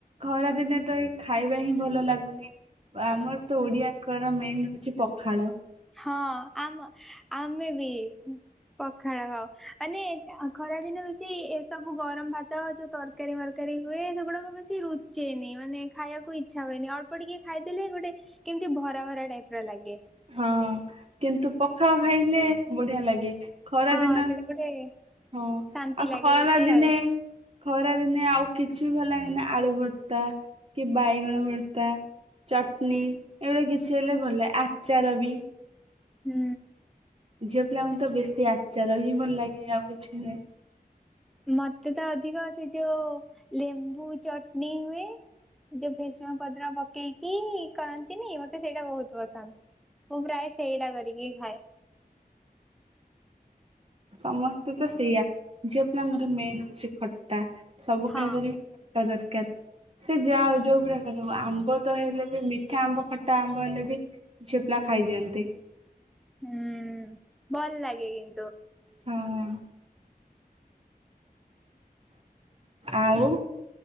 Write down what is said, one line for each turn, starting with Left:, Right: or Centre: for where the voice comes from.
Right: ଖରାଦିନେ ତ ଏ ଖାଇବା ହିଁ ଭଲ ଲାଗୁନି। ଆମର ତ ଓଡିଆଙ୍କର ମେନ୍ ହଉଛି ପଖାଳ।
Centre: ହଁ ଆମ ଆମେ ବି। ପଖାଳ ଖାଉ। ମାନେ ଖରାଦିନେ ବେଶି ଏ ସବୁ ଗରମ ଭାତ ଯୋଉ ତର କାରୀ ମରକାରୀ ହୁଏ ସେଗୁଡାକ ବେଶୀ ରୁଚେନି ମାନେ ଖାଇବାକୁ ଇଚ୍ଛା ହୁଏନି ଅଳ୍ପ ଟିକେ ଖାଇଦେଲେ ଗୋଟେ କେମିତି ଭରା ଭରା ଟାଇପ ର ଲାଗେ।
Right: ହଁ କିନ୍ତୁ ପଖାଳ ଖାଇଲେ ବଢ଼ିଆ ଲାଗେ। ଖରା
Centre: ହଁ
Right: ଦିନ
Centre: ସେଇଟା ଗୋଟେ
Right: ହଁ
Centre: ଶାନ୍ତି
Right: ଆଉ
Centre: ଲାଗେ
Right: ଖରା
Centre: ଗୋଟେ
Right: ଦିନେ
Centre: ଆଉ
Right: ଖରା ଦିନେ ଆଉ କିଛି ବି ଭଲ ଲାଗେନା ଆଳୁ ଭର୍ତା କି ବାଇଗଣ ଭର୍ତା। ଚଟନୀ ଏଇଗୁଡା କିଷ ହେଲେ ଭଲେ ଆଚାର ବି।
Centre: ହୁଁ।
Right: ଝିଅ ପିଲାଙ୍କୁ ତ ବେଶୀ ଆଚାର ହିଁ ଭଲ ଲାଗେ ଆଉ କିଛି ନାଇ।
Centre: ମତେ ତ ଅଧିକ ସେ ଯୋଉ ଲେମ୍ବୁ ଚଟନୀ ହୁଏ। ଯୋଉ ଭିଷଣ ପତ୍ର ପକେଇକି କରନ୍ତିନି ମତେ ସେଇଟା ବହୁତ ପସନ୍ଦ ମୁଁ ପ୍ରାୟ ସେଇଟା କରିକି ଖାଏ।
Right: ସମସ୍ତେ ତ ସେଇୟା ଝିଅ ପିଲାଙ୍କର ମେନ୍ ହଉଛି ଖଟା। ସବୁ
Centre: ହଁ
Right: ଖାଇବାରେ ଦରକାର। ସେ ଯା ଯୋଉ ପ୍ରକାର ଆମ୍ବ ତ ହେଲେ ବି ମିଠା ଆମ୍ବ ଖଟା ଆମ୍ବ ହେଲେ ବି ଝିଅ ପିଲା ଖାଇ ଦିଅନ୍ତି।
Centre: ହୁଁ ଭଲ ଲାଗେ କିନ୍ତୁ।
Right: ହଁ ଆଉ।